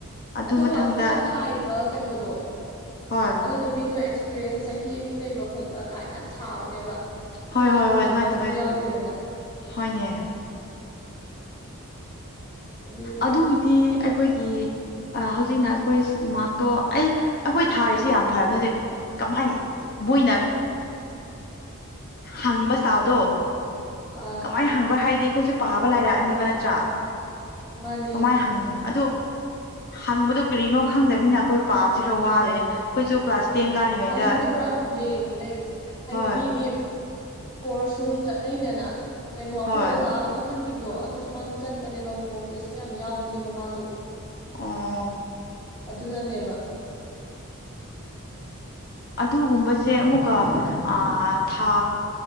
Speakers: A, on the left; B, on the left.
A: ꯑꯗꯨ
B: ꯑꯗꯨꯒ
A: ꯃꯊꯪꯗ
B: ꯑꯩꯈꯣꯏꯅ ꯊꯥꯔꯤꯕ ꯀꯩꯅꯣꯗꯣ
A: ꯍꯣꯏ
B: ꯑꯗꯨꯗꯣ ꯃꯤꯗꯣ ꯑꯦ ꯑꯦꯛꯁꯄꯤꯔꯤꯌꯦꯟꯁ ꯆꯍꯤ ꯑꯅꯤ ꯂꯩꯕ ꯈꯣꯠꯄ ꯀꯥꯏꯅ ꯌꯥꯝ ꯊꯥꯕꯅꯦꯕ ꯑꯩꯈꯣꯏꯗꯤ
A: ꯍꯣꯏ ꯍꯣꯏ ꯍꯣꯏ
B: ꯑꯦꯛꯁꯄꯤꯔꯌꯦꯦꯟꯁꯀꯤꯁꯨ
A: ꯑꯗꯨꯃꯥꯏꯅ ꯇꯧꯋꯦ
B: ꯌꯥꯎꯗꯦꯗꯅ
A: ꯍꯣꯏꯅꯦ
B: ꯑꯗꯨꯅꯤꯗ
A: ꯑꯗꯨꯒꯤꯗꯤ ꯑꯩꯈꯣꯏꯒꯤ ꯍꯧꯖꯤꯛꯅ ꯑꯩꯈꯣꯏ ꯃꯥꯥꯛꯇꯣ ꯑꯩ ꯑꯩꯈꯣꯏ ꯊꯥꯔꯤꯁꯦ ꯌꯥꯝ ꯐꯕꯅꯦꯗꯤ ꯀꯃꯥꯏ ꯃꯣꯏꯅ ꯍꯪꯕ ꯁ꯭ꯇꯥꯏꯜꯗꯣ
B: ꯑꯥ
A: ꯀꯃꯥꯏꯅ ꯍꯪꯕ꯭ꯔꯥ ꯍꯥꯏꯗꯤ ꯑꯩꯈꯣꯏꯁꯨ ꯄꯥꯕ ꯂꯥꯏꯔꯛꯑꯅꯤꯕ ꯅꯠꯇ꯭ꯔꯥ
B: ꯃꯥꯅꯦ
A: ꯀꯃꯥꯏ ꯍꯪꯕ ꯑꯗꯣ ꯍꯪꯕꯗꯨ ꯀꯔꯤꯅꯣ ꯈꯪꯗꯅꯤꯅ ꯑꯩꯈꯣꯏ ꯄꯥꯕꯁꯤ ꯈꯔ ꯋꯥꯗꯣꯏꯅꯦ ꯑꯈꯣꯏꯁꯨ ꯀ꯭ꯂꯥꯁ ꯇꯦꯟ ꯀꯥꯔꯤꯉꯩꯗ
B: ꯍꯧꯖꯤꯛꯇꯤ ꯄꯨꯔꯥ ꯕ꯭ꯂꯦꯡꯅꯦ ꯂꯩꯔꯤꯁꯦ ꯍꯥꯏꯗꯤ
A: ꯍꯣꯏ
B: ꯃꯤꯗꯤ ꯀꯣꯔꯁꯁꯨ ꯆꯠꯅꯩꯗꯅ ꯀꯩꯅꯣ ꯑꯈꯣꯏ
A: ꯍꯣꯏ
B: ꯑꯣꯖꯥ ꯑꯃ ꯈꯟꯈꯤꯕꯗꯣ ꯑꯗꯨꯁꯨ ꯃꯥꯁꯨ ꯆꯠꯄꯅꯦꯕ ꯃꯣꯛ ꯇꯦꯁꯀ ꯌꯥꯝ ꯌꯥꯎꯕꯅꯦꯕ ꯃꯥꯁꯨ
A: ꯑꯣ
B: ꯑꯗꯨꯅꯅꯦꯕ
A: ꯑꯗꯨꯒꯨꯝꯕꯁꯦ ꯑꯃꯨꯛꯀ ꯑꯥ ꯊꯥ